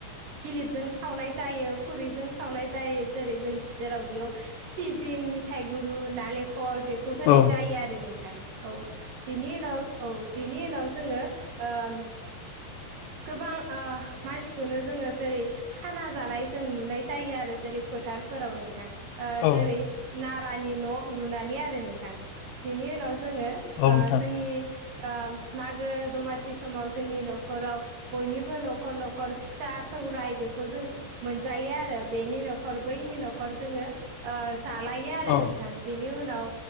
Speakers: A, on the right; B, on the left.
A: गिलिबजों सावनाय जायो खुरैजों सावनाय जायो जेरै जों जेराव बेयाव सिबिं मिथाइ गुरु नालेंखर बेखौ होनाय
B: औ
A: जायो आरो नोंथां औ बिनि उनाव औ बिनि उनाव जोङो ओम गोबां ओ मानसिखौनो जोङो जेरै खाना जानाय जों नुनाय जायो आरो जेरै फोथारफोराव नोंथां ओ
B: औ
A: जरै नारानि न' लुनानै आरो नोंथां बेनि उनाव जोङो
B: औ नोंथां
A: ओ जोंनि ओ मागो दमासि समाव जोंनि न'खराव बयनिबो न'खर न'खर फिथा सौराय बेखौ जों मोनजायो आरो बेनि न'खर बैनि न'खर जोङो ओ जालायो आरो
B: औ
A: नोंथां बिनि उनाव